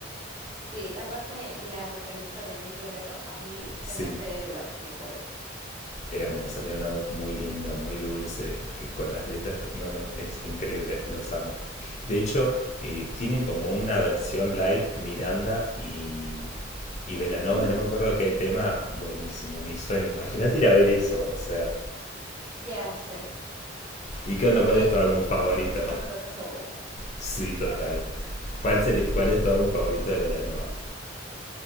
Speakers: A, on the right (about 30°); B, on the left (about 40°).
A: sí. Aparte, la vocalista de Miss Guerrero, a mí
B: Sí,
A: se me hace de las mejores.
B: es hermosa, tiene una voz muy
A: Ujú,
B: linda, muy dulce, que con las letras, no, no,
A: Sí, sí,
B: es
A: sí.
B: increíble, los amo. De hecho, eh, tienen como una versión live Miranda y, y Belanova
A: Ujú,
B: de no me acuerdo qué tema, buenísimo, mi sueño. Imagínate ir a ver eso, o sea.
A: Ya sé.
B: ¿Y qué
A: Eh,
B: onda?
A: Sería
B: ¿Cuál es
A: increíble,
B: tu álbum favorito?
A: el mejor crossover,
B: Sí, total.
A: ¿perdón?
B: ¿Cuál, sería, ¿Cuál es tu álbum favorito de Velanova?